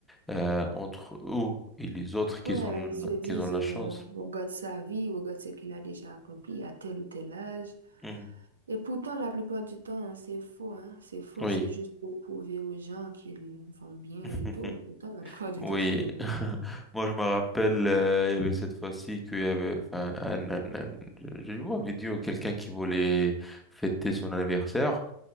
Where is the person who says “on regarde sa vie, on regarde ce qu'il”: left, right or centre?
Right